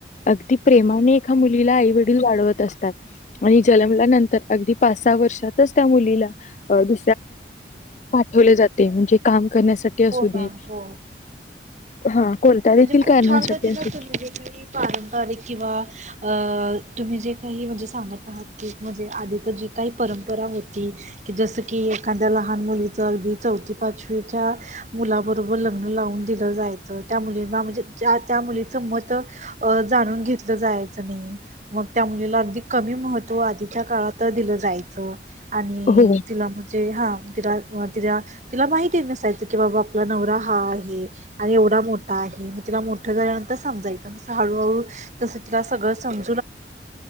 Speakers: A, on the left (about 40°); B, on the right (about 40°).
A: अगदी प्रेमाने एका मुलीला आईवडील वाढवत असतात आणि जन्मलानंतर अगदी पासा मु द घरीठ जे म्हणे का करण्यासाठी असू
B: हो मॅम
A: दे
B: हो
A: हा कोणत्या देखील
B: म्हणजे खूप
A: कारणासाठी
B: छान पद्तीन
A: असू
B: तुम्ही जे काही पारंपरिक किंवा अ तुम्ही जे काही म्हणजे सांगत आहात की म्हणजे आधीच जी काही परंपरा होती की जसं की एखाद्या लहान मुलीचं अगदी चौथी पाचवीच्या मुलाबरोबर लग्न लावून दिलं जायचं त्या मुलींना म्हणजे त्या मुलीच मत अ जाणून घेतलं जायचं नाही मग त्या मुलीला अगदी कमी महत्त्व आधीच्या काळात दिलं जायचं आणि
A: हो
B: तिला म्हणजे हा तिला तिला तिला माहिती नसायची की बाबा आपला नवरा हा आहे आणि एवढा मोठा आहे मग तिला मोठं झाल्यानंतर समजायचं हळूहळू तस तिला सगळं सम